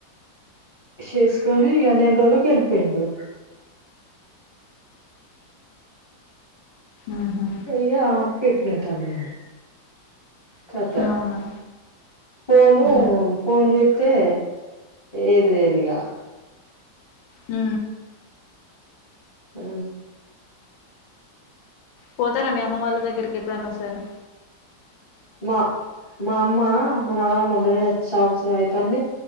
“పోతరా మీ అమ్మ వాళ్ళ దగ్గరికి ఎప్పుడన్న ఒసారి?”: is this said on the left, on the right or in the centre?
Left